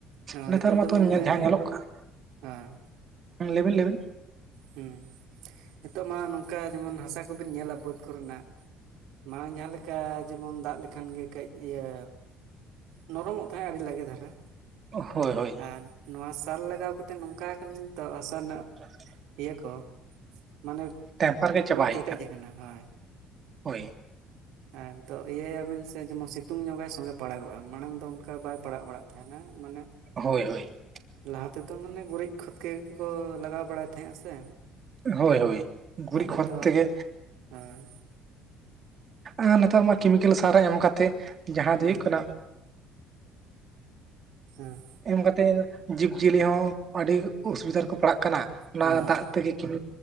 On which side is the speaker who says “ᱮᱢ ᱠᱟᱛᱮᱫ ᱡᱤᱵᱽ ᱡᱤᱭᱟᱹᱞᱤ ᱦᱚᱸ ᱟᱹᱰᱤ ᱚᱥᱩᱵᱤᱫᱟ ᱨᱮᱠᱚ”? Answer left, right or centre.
Right